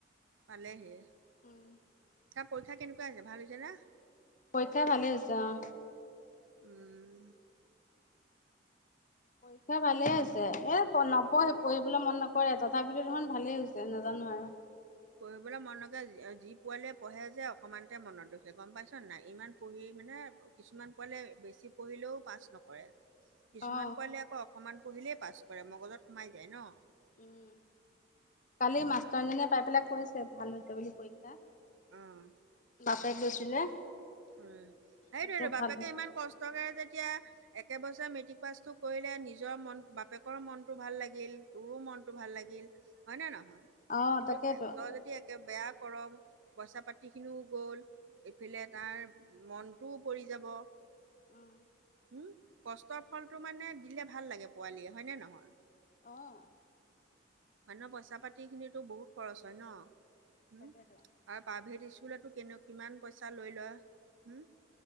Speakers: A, on the right (about 80°); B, on the left (about 40°).
A: পালেহিয়ে।
B: উম।
A: তাৰ পৰীক্ষা কেনেকুৱা হৈছে ভাল হৈছে নে?
B: পৰীক্ষা ভালে হৈছে অঁ।
A: উম।
B: পৰীক্ষা ভালে হৈছে। এ নপঢ়ে পঢ়িবলৈ মন নকৰে তথাপি তথাপিতো দেখোন ভালেই হৈছে নেজানো আৰু।
A: পঢ়িবলৈ মন নকৰে যি পোৱালিয়ে পঢ়ে যে অকণমানতে মনত ৰখে গম পাইছনে নাই ইমান পঢ়ি মানে কিছুমান পোৱালিয়ে বেছি পঢ়িলেও পাছ নকৰে কিছুমান
B: অ
A: পোৱালিয়ে আকৌ অ অকমান পঢ়িলেই পাছ কৰে মুগজত সোমাই যায় ন?
B: উম কালি মাষ্টৰনীজনীয়ে পাই পেলাই কৈছে ভাল হৈছে বুলি পৰীক্ষা।
A: উম।
B: বাপেক গৈছিলে।
A: উম
B: কৈছে
A: এইটোয়েটো বাপেকে
B: ভাল হৈছে।
A: ইমান কষ্ট কষ্টকে যেতিয়া একেবছৰে মেট্ৰিক পাছটো কৰিলে নিজৰ মন বাপেকৰ মন টো ভাল লাগিল, তোৰো মনটো ভাল লাগিল হয়নে নহয়
B: অ'
A: কিন্তু
B: তাকেইতো।
A: তই যদি বেয়া কৰ পইচা পাতিখিনিও গ'ল এইফালে এই‌ ফালে তাৰ মনটোও পৰি যাব।
B: উম।
A: উম কষ্টৰ ফলটো মানে দিলে ভাল লাগে পোৱালিয়ে হয়নে নহয়?
B: অ'।
A: মানুহৰ পইচা পাতি খিনিতো বহুত খৰচ হয় ন হম
B: তাকেতো
A: প্ৰাইভেট স্কুলতো কিনো কিমান পইচা লৈ লয়, উম।